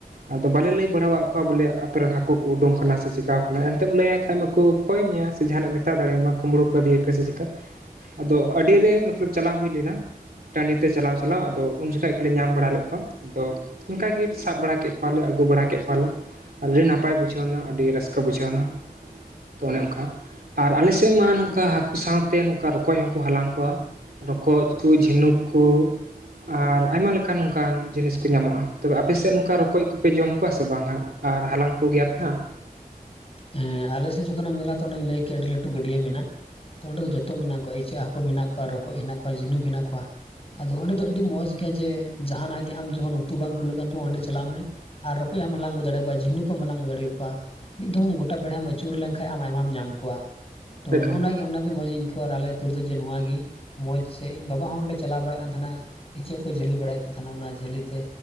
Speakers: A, on the right (about 80°); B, on the left (about 40°).
A: ᱟᱫᱚ ᱵᱟᱞᱮ ᱞᱟᱹᱭ ᱵᱟᱲᱟᱣᱟᱫ ᱠᱚᱣᱟ ᱵᱚᱞᱮ ᱟᱯᱮ ᱨᱮᱱ ᱦᱟᱹᱠᱩ ᱟᱠᱟ ᱠᱚ ᱩᱰᱩᱝ ᱟᱠᱟᱱᱟ? ᱥᱮ ᱪᱤᱠᱟᱣ ᱟᱠᱟᱱᱟ! ᱮᱱᱛᱮᱢ ᱞᱟᱹᱭᱟᱭ ᱠᱷᱟᱡ ᱢᱟ, ᱠᱚ ᱠᱚᱭ ᱢᱮᱭᱟ ᱥᱮ ᱡᱟᱦᱟᱱᱟᱜ ᱢᱮᱛᱟᱣ ᱫᱟᱲᱮᱭᱟᱢᱟ ᱠᱩᱢᱵᱽᱲᱩ ᱠᱟᱫᱮ ᱯᱮ ᱥᱮ ᱪᱮᱠᱟ? ᱟᱫᱚ ᱟᱹᱰᱤ ᱨᱮ ᱢᱚᱛᱞᱚᱵ ᱪᱟᱞᱟᱣ ᱦᱩᱭ ᱞᱮᱱᱟ, ᱴᱟᱺᱰᱤ ᱛᱮ ᱪᱟᱞᱟᱣ ᱪᱟᱞᱟᱣ ᱟᱫᱚ ᱩᱱ ᱡᱚᱠᱷᱟᱡ ᱜᱮᱞᱮ ᱧᱟᱢ ᱵᱟᱲᱟ ᱞᱮᱫ ᱠᱚᱣᱟ ᱟᱫᱚ ᱚᱱᱠᱟ ᱜᱮ ᱥᱟᱵ ᱵᱟᱲᱟ ᱠᱮᱫ ᱯᱟᱣ ᱞᱮ ᱟᱹᱜᱩ ᱵᱟᱲᱟ ᱠᱮᱫ ᱠᱚᱣᱟᱞᱮ ᱟᱹᱰᱤ ᱱᱟᱯᱟᱭ ᱵᱩᱡᱷᱟᱹᱣᱱᱟ ᱟᱹᱰᱤ ᱨᱟᱹᱥᱠᱟᱹ, ᱠᱟᱹ ᱵᱩᱡᱷᱟᱹᱣ ᱮᱱᱟ, ᱛᱚ ᱚᱱᱮ ᱚᱱᱠᱟ ᱟᱨ ᱟᱞᱮᱥᱮᱫ ᱢᱟ ᱱᱚᱝᱠᱟ ᱦᱟᱹᱠᱩ ᱥᱟᱶ ᱛᱮ ᱱᱚᱝᱠᱟ ᱨᱚᱠᱚᱡ ᱦᱚᱸᱠᱚ ᱦᱟᱞᱟᱝ ᱠᱚᱣᱟ, ᱨᱚᱠᱚᱡ ᱠᱚ ᱡᱷᱤᱱᱩᱠ ᱠᱚ, ᱟᱨ ᱟᱭᱢᱟ ᱞᱮᱠᱟᱱ ᱱᱚᱝᱠᱟᱱ ᱡᱤᱱᱤᱥ ᱠᱚ ᱧᱟᱢᱚᱜ-ᱟ᱾ ᱛᱚᱵᱮ ᱟᱯᱮᱥᱮᱫ ᱱᱚᱝᱠᱟ ᱨᱚᱠᱚᱡ ᱠᱚᱯᱮ ᱡᱚᱢ ᱠᱚᱣᱟ ᱥᱮ ᱵᱟᱝ? ᱦᱟᱸᱜ᱾ ᱟᱨ ᱦᱟᱞᱟᱝ ᱠᱚ ᱜᱮᱭᱟ ᱯᱮ ᱦᱟᱸᱜ᱾
B: ᱮᱸᱻ ᱟᱞᱮ ᱥᱮᱫ ᱡᱚᱠᱷᱚᱱᱮᱢ ᱧᱮᱞᱟ ᱛᱚ ᱚᱱᱮᱧ ᱞᱟᱹᱭ ᱠᱮᱫ ᱟᱹᱰᱤ ᱞᱟᱹᱴᱩ ᱜᱟᱹᱰᱭᱟᱹ ᱢᱮᱱᱟᱜ-ᱟ᱾ ᱛᱚ ᱚᱸᱰᱮ ᱫᱚ ᱡᱚᱛᱚ ᱢᱮᱱᱟᱜ ᱠᱚᱣᱟ, ᱤᱪᱟᱹᱜ ᱦᱟᱹᱠᱩ ᱢᱮᱱᱟᱜ ᱠᱚᱣᱟ, ᱨᱚᱠᱚᱡ ᱦᱮᱱᱟᱜ ᱠᱚᱣᱟ, ᱡᱷᱤᱱᱩᱠ ᱦᱮᱱᱟᱜ ᱠᱚᱣᱟ ᱾ ᱟᱫᱚ ᱚᱸᱰᱮ ᱫᱚ ᱟᱹᱰᱤ ᱢᱚᱸᱡᱽ ᱜᱮᱭᱟ, ᱡᱮ ᱡᱟᱦᱟᱱᱟᱜ ᱜᱮ ᱟᱢ ᱡᱚᱠᱷᱚᱱ ᱩᱛᱩ ᱵᱟᱝ ᱠᱩᱞᱟᱹᱜ ᱠᱟᱱ ᱛᱟᱢᱟ ᱚᱸᱰᱮ ᱪᱟᱞᱟᱜ ᱢᱮ, ᱟᱨ ᱨᱚᱠᱚᱡ ᱦᱚᱢ ᱦᱟᱸᱞᱟᱝ ᱟᱹᱜᱩ ᱫᱟᱲᱮᱭᱟᱠᱚᱣᱟ ᱡᱷᱤᱱᱩᱠ ᱦᱚᱢ ᱦᱟᱞᱟᱝ ᱟᱹᱜᱩ ᱫᱟᱲᱮᱭᱟᱠᱚᱣᱟ ᱾ ᱢᱤᱫ ᱫᱚᱢ ᱢᱮᱢ ᱜᱚᱴᱟ ᱵᱮᱲᱦᱟᱢ ᱟᱹᱪᱩᱨ ᱞᱮᱱᱠᱷᱟᱱ ᱟᱢ ᱟᱭᱢᱟᱢ ᱧᱟᱢ ᱠᱚᱣᱟ, ᱛᱚ
A: ᱮᱠᱟᱞ
B: ᱱᱚᱜ-ᱣᱟ ᱜᱮ ᱚᱱᱟ, ᱱᱟᱹᱜ ᱢᱚᱡᱽ ᱤᱧ ᱟᱹᱭᱠᱟᱹᱣᱟ ᱟᱨ ᱟᱞᱮ ᱟᱹᱛᱩ ᱨᱮᱫᱚ ᱡᱮ ᱱᱚᱣᱟᱜᱮ ᱢᱚᱡᱽ ᱥᱮ ᱤᱧ ᱵᱟᱵᱟ ᱦᱚᱸ ᱚᱸᱰᱮ ᱪᱟᱞᱟᱣ ᱵᱟᱲᱟᱜ ᱠᱟᱱ ᱛᱟᱦᱟᱸᱱᱟ ᱤᱪᱟᱹᱜ ᱠᱚ ᱡᱷᱟᱹᱞᱤ ᱵᱟᱲᱟᱭᱮᱫ ᱠᱚ ᱛᱟᱦᱮᱱᱟ ᱚᱱᱟ ᱡᱷᱟᱹᱞᱤ ᱛᱮ,